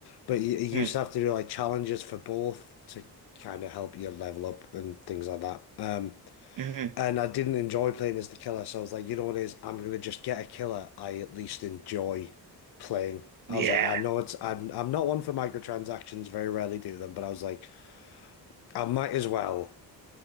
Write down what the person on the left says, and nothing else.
but you, you used
to have to do like challenges for both to kind of help you level up and things like that. Um,
and I didn't enjoy playing as the killer, so I was like, you know what it is? I'm gonna just get a killer I at least enjoy playing.
I was like, I know it's I'm I'm not one for microtransactions, very rarely do them, but I was like, I might as well